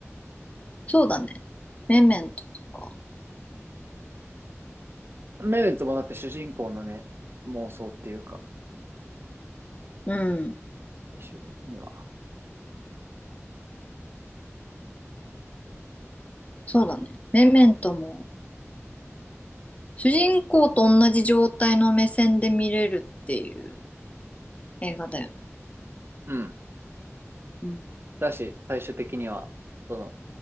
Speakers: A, on the left (about 25°); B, on the right (about 50°).
A: そうだね。メメントとか。
B: うんメメントもだって主人公のね、妄想っていうか、
A: うん。
B: 最終的には。
A: そうだね。メメントも、主人公と同じ状態の目線で見れるっていう映画だよね。
B: うん。
A: うん
B: だし、最終的には、その、